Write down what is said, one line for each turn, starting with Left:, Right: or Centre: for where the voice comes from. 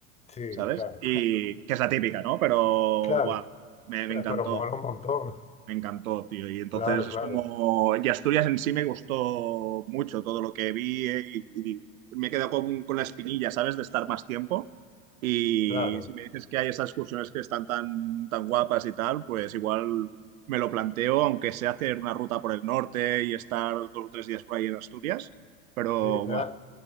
Left: Sí,
Right: ¿sabes?
Left: claro,
Right: Y que es la típica, ¿no? Pero,
Left: <laughs> claro,
Right: guau, me, me
Left: Eh,
Right: encantó.
Left: pero mola un montón,
Right: Me encantó, tío. Y entonces
Left: claro,
Right: es
Left: claro,
Right: como. Y Asturias en sí me gustó mucho todo lo que vi eh, y, y me he quedado con, con la espinilla, ¿sabes? De estar más tiempo. Y
Left: claro,
Right: si me dices que hay esas excursiones que están tan, tan guapas y tal, pues igual me lo planteo, aunque sea hacer una ruta por el norte y estar dos o tres días por ahí en Asturias. Pero,
Left: sí, serás,
Right: buah,